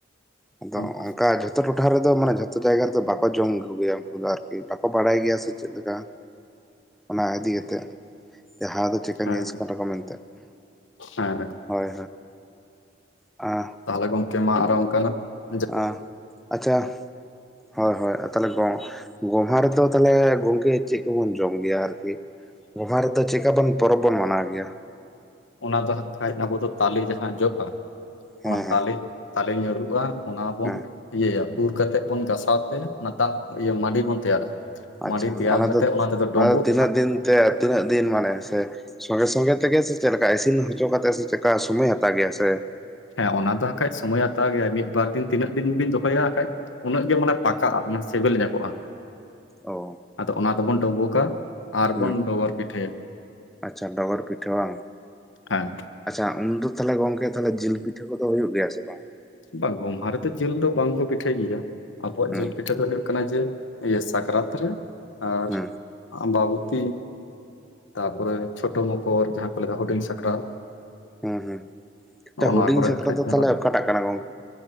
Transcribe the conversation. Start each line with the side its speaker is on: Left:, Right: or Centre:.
Centre: ᱟᱫᱚ
Left: ᱚᱱᱠᱟ
Centre: ᱚᱝᱠᱟ ᱡᱚ ᱡᱷᱚᱛᱚ ᱴᱚᱴᱷᱟ ᱨᱮᱫᱚ ᱢᱟᱱᱮ ᱡᱷᱚᱛᱚ ᱡᱟᱭᱜᱟ ᱨᱮᱫᱚ ᱵᱟᱠᱚ ᱡᱚᱢ ᱠᱩᱜᱮᱭᱟ ᱩᱱᱠᱩ ᱫᱚ ᱟᱨᱠᱤ ᱵᱟᱠᱚ ᱵᱟᱲᱟᱭ ᱜᱮᱭᱟ ᱥᱮ ᱪᱮᱫ ᱞᱮᱠᱟ? ᱚᱱᱟ ᱤᱫᱤ ᱠᱟᱛᱮᱫ ᱡᱮ ᱦᱟᱣ ᱫᱚ ᱪᱤᱠᱟᱱ
Left: ᱦᱮᱸ
Centre: ᱡᱤᱱᱤᱥ ᱠᱟᱱᱟ ᱠᱚ ᱢᱮᱱᱛᱮ᱾
Left: ᱦᱮᱸ,
Centre: ᱦᱳᱭ, ᱟᱸ
Left: ᱛᱟᱦᱚᱞᱮ ᱜᱚᱝᱠᱮ ᱢᱟ ᱟᱫᱚ ᱚᱝᱠᱟ ᱜᱮ,
Centre: ᱚ ᱟᱪᱪᱷᱟ, ᱦᱳᱭ ᱦᱳᱭ ᱛᱟᱦᱚᱞᱮ ᱜᱚᱢᱦᱟ ᱨᱮᱫᱚ ᱛᱟᱦᱚᱞᱮ ᱜᱚᱝᱠᱮ ᱪᱮᱫ ᱠᱚᱵᱚᱱ ᱡᱚᱢ ᱜᱮᱭᱟ ᱟᱨᱠᱤ᱾ ᱜᱚᱢᱦᱟ ᱨᱮᱫᱚ ᱪᱮᱠᱟ ᱵᱚᱱ ᱯᱚᱨᱚᱵᱽ ᱵᱚᱱ ᱢᱟᱱᱟᱣ ᱜᱮᱭᱟ᱾
Left: ᱚᱱᱟᱫᱚ ᱦᱟᱸᱜ ᱠᱷᱟᱡ ᱟᱵᱚ ᱫᱚ ᱛᱟᱞᱮ ᱡᱟᱦᱟᱸ ᱡᱚᱜ-ᱟ
Centre: ᱦᱮᱸ
Left: ᱚᱱᱟ
Centre: ᱦᱮᱸ
Left: ᱛᱟᱞᱮ, ᱛᱟᱞᱮ ᱧᱩᱨᱩᱜ-ᱟ ᱚᱱᱟ ᱵᱚᱱ
Centre: ᱦᱮᱸ
Left: ᱤᱭᱟᱹᱭᱟ ᱩᱨ ᱠᱟᱛᱮᱜ ᱵᱚᱱ ᱜᱟᱥ-ᱟ ᱥᱟᱶᱛᱮ ᱚᱱᱟ ᱫᱟᱜ ᱤᱭᱟᱹ ᱢᱟᱹᱰᱤ ᱵᱚᱱ ᱛᱮᱭᱟᱨᱟ
Centre: ᱟᱪᱪᱷᱟ
Left: ᱢᱟᱹᱰᱤ ᱛᱮᱭᱟᱨ
Centre: ᱫᱚ
Left: ᱠᱟᱛᱮ ᱚᱱᱟ ᱛᱮᱫᱚ ᱰᱩᱸᱵᱩᱜ,
Centre: ᱛᱤᱱᱟᱹᱜ ᱫᱤᱱ ᱛᱮ ᱛᱤᱱᱟᱹᱜ ᱫᱤᱱ ᱢᱟᱱᱮ ᱥᱮ? ᱥᱚᱸᱜᱮ ᱥᱚᱸᱜᱮ ᱛᱮᱜᱮ ᱥᱮ ᱪᱮᱫᱞᱮᱠᱟ ᱤᱥᱤᱱ ᱦᱚᱪᱚ ᱠᱟᱛᱮ ᱥᱮ ᱪᱮᱫᱠᱟ ᱥᱚᱢᱳᱚᱭ ᱦᱟᱛᱟᱣ ᱜᱮᱭᱟ ᱥᱮ?
Left: ᱦᱮᱸ ᱚᱱᱟ ᱫᱚ ᱦᱟᱸᱜᱠᱷᱟᱡ ᱥᱚᱢᱚᱭ ᱦᱟᱛᱟᱣ ᱜᱮᱭᱟ ᱢᱤᱫᱵᱟᱨ ᱫᱤᱱ ᱛᱤᱱᱟᱹᱜ ᱫᱤᱱ ᱵᱤᱱ ᱫᱚᱦᱚᱭᱟ ᱦᱟᱸᱜ ᱠᱷᱟᱡ᱾ ᱩᱱᱟᱹᱜ ᱜᱮ ᱢᱟᱱᱮ ᱯᱟᱠᱟᱜ-ᱟ ᱢᱟᱱᱮ ᱥᱤᱵᱤᱞ ᱡᱟᱠᱚᱜ-ᱟ᱾
Centre: ᱚ
Left: ᱟᱫᱚ ᱚᱱᱟ ᱫᱚᱵᱚᱱ ᱰᱳᱸᱵᱩᱠᱟ ᱟᱨᱵᱚᱱ
Centre: ᱦᱩᱸ
Left: ᱰᱚᱜᱚᱨ ᱯᱤᱴᱷᱟᱹᱭᱟ᱾
Centre: ᱟᱪᱪᱷᱟ ᱰᱚᱜᱚᱨ ᱯᱤᱴᱷᱟᱹ ᱵᱟᱝ?
Left: ᱦᱮᱸ
Centre: ᱟᱪᱪᱷᱟ ᱩᱱᱫᱚ ᱛᱟᱦᱚᱞᱮ ᱜᱚᱝᱠᱮ ᱛᱟᱦᱚᱞᱮ ᱡᱤᱞ ᱯᱤᱴᱷᱟᱹ ᱠᱚᱫᱚ ᱦᱩᱭᱩᱜ ᱜᱮᱭᱟ ᱥᱮ ᱵᱟᱝ?
Left: ᱵᱟᱝ ᱜᱚᱢᱦᱟ ᱨᱮᱫᱚ ᱡᱤᱞ ᱫᱚ ᱵᱟᱝᱠᱚ ᱯᱤᱴᱷᱟᱹᱭ ᱜᱮᱭᱟ ᱟᱵᱚᱣᱟᱜ
Centre: ᱦᱩᱸ
Left: ᱡᱤᱞ ᱯᱤᱴᱷᱟᱹ ᱫᱚ ᱦᱩᱭᱩᱜ ᱠᱟᱱᱟ ᱡᱮ, ᱤᱭᱟᱹ ᱥᱟᱠᱨᱟᱛ ᱨᱮ ᱟᱨ
Centre: ᱦᱩᱸ
Left: ᱟᱢᱵᱟᱵᱩᱛᱤ᱾ ᱛᱟᱯᱚᱨᱮ ᱪᱷᱳᱴᱳ ᱢᱚᱠᱚᱨ ᱡᱟᱦᱟᱸ ᱠᱚ ᱞᱟᱹᱭ ᱫᱟ ᱦᱩᱰᱤᱧ ᱥᱟᱠᱨᱟᱛ᱾
Centre: ᱦᱩᱸ ᱦᱩᱸ,
Left: ᱱᱚᱜᱼᱚ
Centre: ᱦᱩᱰᱤᱧ
Left: ᱱᱚᱣᱟ ᱠᱚᱨᱮ
Centre: ᱥᱟᱠᱨᱟᱛ
Left: ᱠᱷᱟᱡ
Centre: ᱫᱚ
Left: ᱧᱮᱞᱚᱜ
Centre: ᱛᱟᱦᱚᱞᱮ ᱚᱠᱟᱴᱟᱜ ᱠᱟᱱᱟ ᱜᱚᱝᱠᱮ᱾